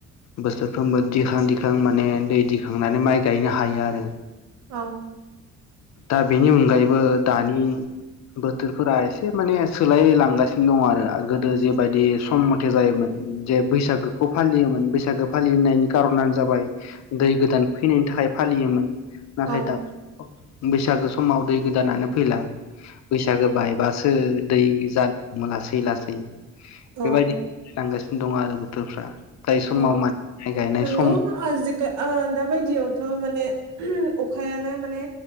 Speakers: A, on the left; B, on the right.
A: बोसोरफ्रोमबो दिखां दिखां माने दै दिखांनानै माइ गायनो हायो आरो।
B: औ।
A: दा बेनि अनगायैबो दानि बोथोरफोरा एसे माने सोलायलांगासिनो दङ आरो। गोदो जेबायदि सम मथे जायोमोन जे बैसागोखौ फालियोमोन बैसागो फालिनायनि कार'नानो जाबाय दै गोदान फैनायनि थाखाय फालियोमोन। नाथाय
B: औ
A: दा बैसागो समाव दै गोदानानो फैला बैसागो बायबासो दै जानो लासै लासै
B: औ
A: बेबायदि लांगासिनो दं आरो बोथोरफ्रा। जाय समाव
B: औ
A: माइ गायनाय
B: नंगौ
A: सम
B: आजिखा आ दाबायदियावथ' माने अखायानो माने